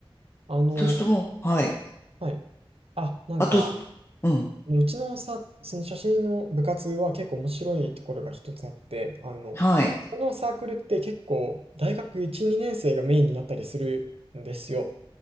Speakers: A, on the right; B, on the left.
A: あの、
B: そうするともう、はい。
A: はい。あ、なんか、
B: あと、うん。
A: うちのさ、その写真の部活は結構面白いところが一つあって、あの、
B: はい。
A: このサークルって結構大学1、2年生がメインになったりするんですよ。